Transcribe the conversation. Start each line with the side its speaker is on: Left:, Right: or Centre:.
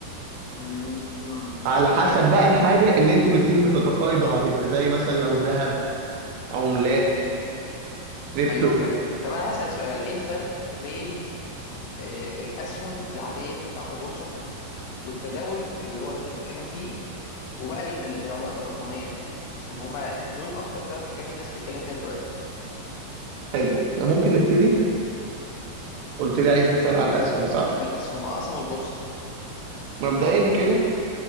Left: مم. مم.
Right: على حسب بقى الحاجه اللي انتوا الاثنين بتتقايضوا عليها زي مثلا لو ذهب عملات كريبتو
Left: ايوه فاهم طب انا هسأل سؤال ايه الفرق بين آه، الاسهم العادية بتاعت البورصة والتداول اللي هو اللي انت بتتكلم فيه وبقى ال- ال- العملات الرقمية عشان هما دول اكتر ثلاث حاجات الناس بتتكلم فيها دلوقتي
Right: حلو أنا ممكن نبتدي قلت لي عايز نسال على الاسهم صح؟
Left: الاسهم اه اسهم البورصة
Right: مبدئيا كده